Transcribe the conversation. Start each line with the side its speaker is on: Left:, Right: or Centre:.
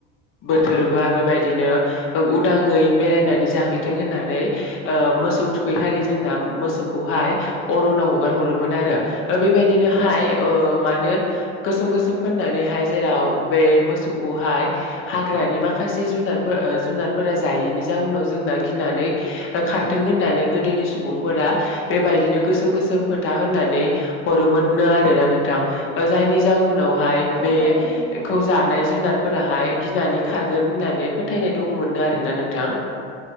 Left: बोथोरबा
Right: औ
Left: बेबायदिनो उदाङै बेरायनानै जाहैथों होननानै मोसौ थुखै खालि जोंना मोसौखौ अरनाव हागार हरोमोन आरो बेबायदिनो माने गोसोम गोसोम महाय जेराव बे मोसौखौहाय हाग्रानि माखासे जुनार जुनारफोरा जायो यैनि जाहनाव जोंना गिनानै खारथों होननानै गोदोनि सुबुंफोरा बेबायदिनो गोसोम गोसोम फोथा होननानै हरोमोननो आरोना नोंथां जायनि जाहनावहाय
Right: औ
Left: बेखौ
Right: थारैनो नोंथां
Left: जानाय जुनारफोराहाय गिनानै खारगोन होननानै फोथायनाय दङमोननो आरो ओरै ना नोंथां